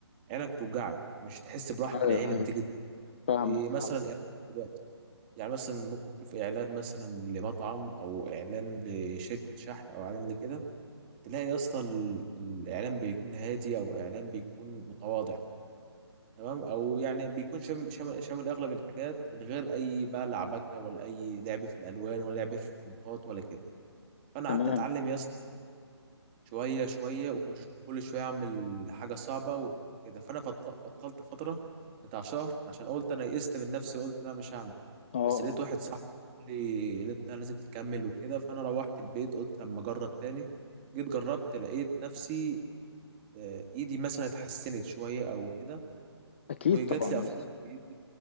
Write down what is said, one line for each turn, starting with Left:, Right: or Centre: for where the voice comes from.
Right: عينك توجعك مش تحس براحة
Left: ايوه
Right: العين لما
Left: ايوه
Right: تيجي تبص.
Left: فاهمك
Right: زي مثلا
Left: فاهم
Right: إعلان دلوقتي يعني مثلا ممكن تشوف اعلان مثلا لمطعم او اعلان لشركة شحن او اعلان لكده تلاقي يا اسطى ال- الاعلان بيكون هادي او اعلان بيكون متواضع تمام او يعني بيكون شام- شامل شامل اغلب الحاجات من غير اي بقى لعبكه ولا اي لعب في الالوان ولا لعب في الفونتات ولا كده فانا
Left: تمام
Right: قعدت اتعلم يا اسطى شوية شوية وكل كل شوية أعمل حاجة صعبة وكده فأنا فط- بطلت فترة بتاع شهر عشان قلت أنا يئست من نفسي قلت لا مش هعمل
Left: اه
Right: بس لقيت
Left: اه
Right: واحد صاحبي قال لي إن أنت لازم تكمل وكده فأنا روحت البيت قلت لما أجرب تاني جيت جربت لقيت نفسي آه، إيدي مثلا اتحسنت شوية أو كده
Left: اكيد
Right: وجات
Left: طبعا
Right: لي
Left: يا
Right: أفكار
Left: اسطى
Right: كريتيف